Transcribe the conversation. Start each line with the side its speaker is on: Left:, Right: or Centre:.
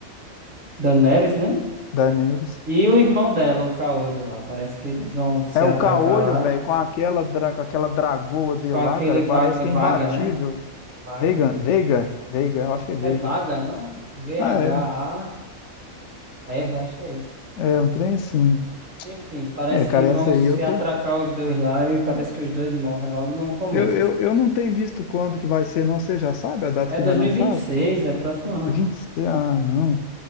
Right: Daenerys, né?
Left: Daenerys.
Right: E o irmão dela, o Caolho lá. Parece que eles vão se
Left: É o
Right: atracar
Left: caolho,
Right: lá
Left: velho, com aquela, dra- com aquela dragoa dele
Right: com
Left: lá,
Right: aquele
Left: cara, parece
Right: vaga,
Left: que
Right: é vaga,
Left: é imbatível.
Right: né? Vaga.
Left: Veiga, Veiga, Veiga, eu acho que é Veiga.
Right: É vaga, não? V-H-A-G-A-R,
Left: Ah, é,
Right: eu acho que é isso.
Left: é um trem assim.
Right: Enfim, parece
Left: É, cara,
Right: que vão
Left: essa aí
Right: se
Left: eu tô.
Right: atracar os dois lá e parece que os dois morrem logo no começo,
Left: Eu, eu,
Right: assim.
Left: eu não tenho visto quando que vai ser, não. Você já sabe a data
Right: É
Left: que
Right: dois
Left: vai lançar?
Right: mil e e vinte e seis é próximo ano
Left: 20...
Right: ainda.
Left: Ah, não.